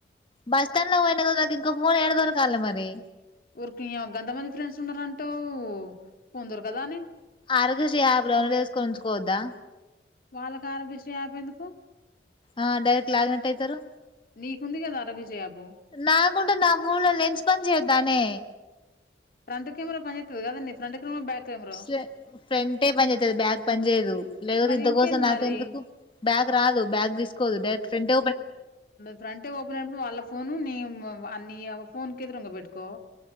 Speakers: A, on the left; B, on the left.
A: బస్ స్టాండ్ లో పోయినా కదా నాకు ఇంకా ఫోన్ ఏడ దొరకాల మరి
B: ఊరికి గంతమంది ఫ్రెండ్స్ ఉన్నారంటావ్ ఫోన్ దొరకదానే
A: ఆరోగ్యశ్రీ యాప్ డౌన్లు చేసుకో ఉంచుకోద్దా
B: వాళ్ళకి ఆరోగ్యశ్రీ యాప్ ఎందుకు
A: ఆ డైరెక్ట్ లాగిన్ నెట్ అయితారు
B: నీకు ఉందిగదా రవిజ యాప్
A: నాక్ కుంట నాఫోన్ లా ఇన్స్టాల్ చేయొద్దానే
B: ఫ్రంట్ కెమెరా పంజేతది కదనే ఫ్రంట్ కెమెరా బ్యాక్ కెమెరా
A: ఫ్రె ఫ్రెంటె పని చేతది బ్యాగ్ పని చేయదు లేకపోతే
B: మరి
A: ఇంతకోసం
B: ఇంకేంది
A: నాక్
B: మరి
A: ఎందుకు బ్యాగ్ రాదు బ్యాగ్ తీసుకోదు డైరెక్ట్ ఫ్రెంట్
B: ఫ్రంటే ఓపెన్ అయినప్పుడు వాళ్ళ ఫోను నీ ఇంగ అని ఫోన్ కేదిరుంగ బెట్కో